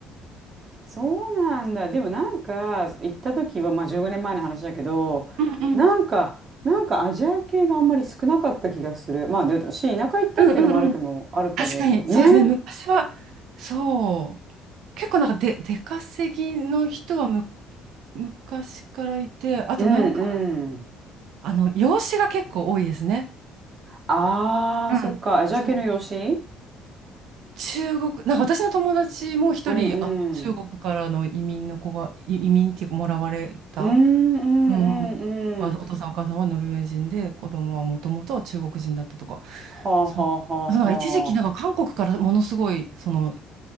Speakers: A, on the right; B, on the right.
A: そうなんだ。でもなんか行った時はまあ15年前の話だけど、
B: うん
A: なんか、なんかアジア系があんまり少なかった気がする。まあで、私田舎行ったっていうのもあるけど、
B: うんうんうん
A: あるけどね。
B: 確かに、そうですね。昔は、そう。結構なんかで、出稼ぎの人はむ、昔からいて、あとなんか、
A: うんうん。
B: あの、養子が結構多いですね。
A: ああ、
B: うん。
A: そっか。アジア系の養子
B: そう。中国、なんか私の友達も一人、
A: うん
B: あの、中国からの移民の子が、
A: うん。
B: い移民っていうか、もらわれた
A: うんうんうんうん。
B: うん。おお父さんお母さんはノルウェー人で、子供はもともとは中国人だったとか。
A: はあはあはあはあ。
B: そう。なんか一時期、なんか韓国からものすごい、その